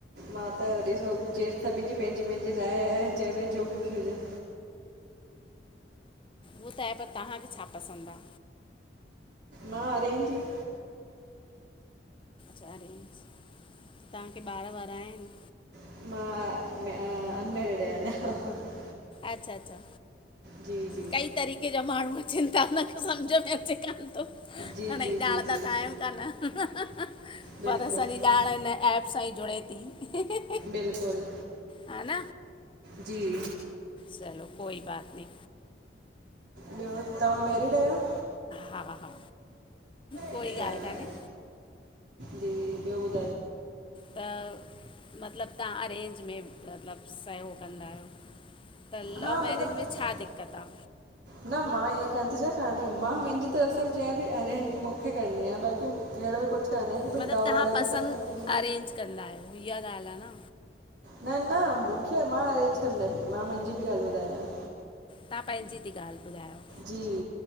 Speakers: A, on the right; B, on the left.
A: मां त ॾिसो जे सभिनि जी पंहिंजी पंहिंजी राय आहे जंहिंमें जो ख़ुशि हुजे।
B: उअ त आहे पर तव्हांखे छा पसंदि आहे?
A: मां अरे ही।
B: चार इंच तव्हांखे ॿार वरा आहिनि।
A: मां अनमैरड आया अना।
B: अच्छा अच्छा
A: जी जी
B: कई तरीक़े जा माण्हू अचंता न सम्झ में अचे कोन्ह थो
A: जी
B: ना
A: जी
B: हे ॼाण
A: जी जी
B: ता त्हयम कान
A: बिल्कुलु
B: पर असांजी ॼाण हिन एप सां ई जुड़े थी।
A: बिल्कुलु
B: ह न
A: जी
B: चलो कोई बात न
A: ॿियो तव्हां मैरिड आहियो?
B: हा हा कोई
A: अच्छा
B: ॻाल्हि कान्हे।
A: जी ॿियो बुध?
B: त मतिलबु तव्हां अरेंज में मतिलबु सयोग कंदा आहियो? त
A: हा
B: लव मैरिज
A: मतिलबु
B: में छा दिक्क़त आ?
A: न मां ईअं कन थी च कान्हे मां मुंहिंजी तरफ़ सां बि चय भई अरे मूंखे करणी आहे बाक़ी अहिड़ो कुझु तान क
B: मतिलबु
A: भई लाओ
B: तव्हां
A: वारा
B: पसंदि
A: बि सखसफुल
B: अरेंज कंदा आहियो इहा ॻाल्हि आहे न
A: न न मूंखे मां अरेंज कंदसि मां मुंहिंजी बि ॻाल्हि ॿुधायां।
B: तव्हां पंहिंजी थी ॻाल्हि ॿुधायो
A: जी